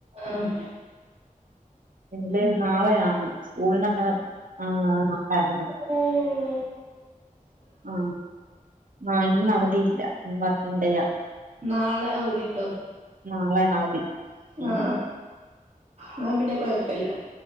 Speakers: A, on the right; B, on the right.
A: ആഹ്
B: ല്
A: ഉം
B: നാളെയാണ് സ്കൂൾനെക്കെ ആ നാളെ അവധി
A: ഉം
B: ആ ആ ഇന്ന അവധിയില്ല ഇന്ന് വർക്കിങ്‌ ഡേയാ
A: നാളെ അവധി ഇണ്ടോ
B: നാളെയാണ് അവധി ഉം
A: ആ ന്നാ പിന്നെ കൊഴപ്പല്ല